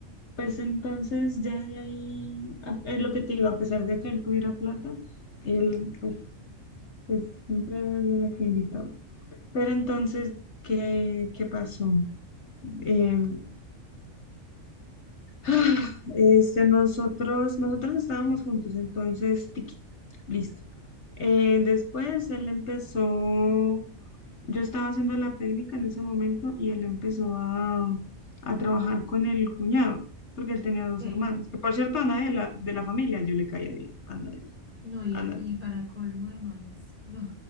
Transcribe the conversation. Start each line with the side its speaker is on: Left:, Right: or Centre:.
Left: Pues entonces ya de ahí, a- es lo que te digo, a pesar de que él tuviera plata, él pues, pues, siempre era yo la que invitaba. Pero entonces, ¿qué, qué pasó? Eh, <sighs> este, nosotros, nosotros estábamos juntos, entonces, tiki, listo. Eh, después él empezó Yo estaba haciendo la técnica en ese momento y él empezó a, a trabajar con el cuñado, porque él tenía dos
Right: ¿qué?
Left: hermanos, que por cierto a nadie de la, de la familia yo le caía bien, a nadie,
Right: No, Ian,
Left: a nadie.
Right: y para colmo de males, <laughs> no,